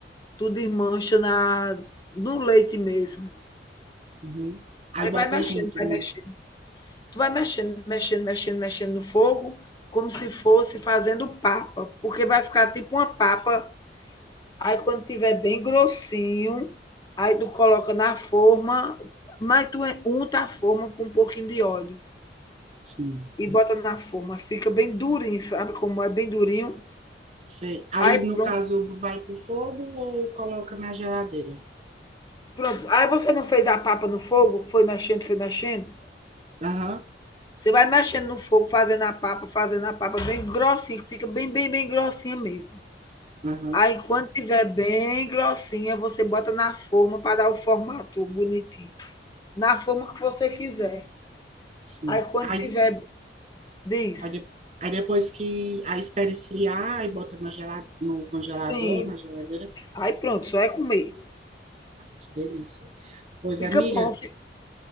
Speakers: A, on the left; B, on the right.
A: tu desmancha na, no leite mesmo.
B: Uhum. Aí
A: Aí
B: bota
A: vai mexendo,
B: junto
A: vai
B: no...
A: mexendo. Tu vai mexendo, mexendo, mexendo, mexendo no fogo, como se fosse fazendo papa, porque vai ficar tipo uma papa. Aí quando tiver bem grossinho, aí tu coloca na forma, mas tu é, unta a forma com um pouquinho de óleo
B: Sim,
A: e bota na forma. Fica bem durinho, sabe como é bem durinho?
B: sei. Aí,
A: Aí
B: no
A: pronto.
B: caso, vai pro fogo ou coloca na geladeira?
A: Pronto. Aí você não fez a papa no fogo, foi mexendo, foi mexendo.
B: Aham,
A: Você vai mexendo no fogo, fazendo a papa, fazendo a papa bem grossinha, que fica bem, bem, bem grossinha mesmo.
B: aham,
A: Aí, quando tiver bem grossinha, você bota na forma para dar o formato bonitinho. Na forma que você quiser.
B: sim.
A: Aí, quando
B: Aí
A: tiver, diz,
B: Aí, de- aí depois que. Aí espera esfriar e bota na gela- no congelador,
A: sim.
B: na geladeira.
A: Aí, pronto, só é comer.
B: Que delícia. Pois,
A: Fica
B: amiga,
A: bom, fi-